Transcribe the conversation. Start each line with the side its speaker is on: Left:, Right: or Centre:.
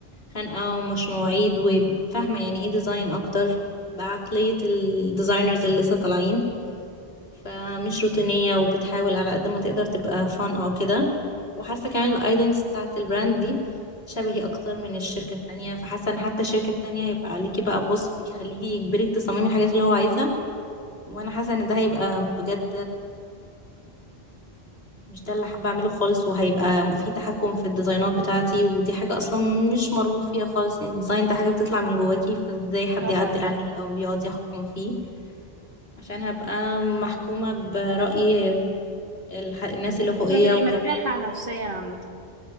Left: خانقه ومش مواعيد وفاهمه يعني ايه ديزاين اكتر بعقليه الديزاينرز اللي لسه طالعين فمش روتينيه وبتحاول على قد ما تقدر تبقى فان او كده وحاسه كمان الايدنتي بتاعت البراند دي شبهي اكتر من الشركه التانية فحاسه ان حتى الشركه التانية هيبقى عليكي بقى بوس بيخليكي يجبري تصممي الحاجات اللي هو عايزها وانا حاسه ان ده هيبقى بجد مش ده اللي حابة أعمله خالص وهيبقى في تحكم في الديزاينات بتاعتي ودي حاجة أصلا مش مرغوب فيها خالص يعني الديزاين ده حاجة بتطلع من جواكي فازاي حد
Right: طبعا
Left: يعدل عليه أو يقعد يحكم فيه عشان هبقى محكومة برأي الح- الناس اللي فوقية
Right: مش هتبقي
Left: وكمان
Right: مرتاحة نفسيا عامة